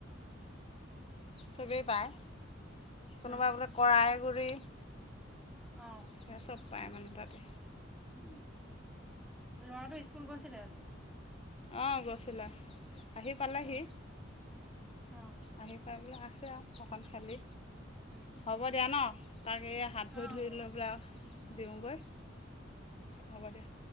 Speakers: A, on the left (about 30°); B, in the centre.
A: চবেই পায় কোনোবা
B: অ
A: বোলে কৰাইগুৰি
B: অ
A: স চব পায় মানে তাতে।
B: উম লৰাটো স্কুল গৈছিলে আজি?
A: অ', গৈছিলে আহি পালেহি।
B: অ অ
A: আহি পাই বোলে আছে আৰু অকণ খালি।
B: উম
A: হ'ব দিয়া ন তাক এই হাত ভৰি
B: অ
A: ধৰি
B: হ'ব
A: লৈ
B: দিয়ক
A: পেলাই দিওঁগৈ। হ'ব দিয়া।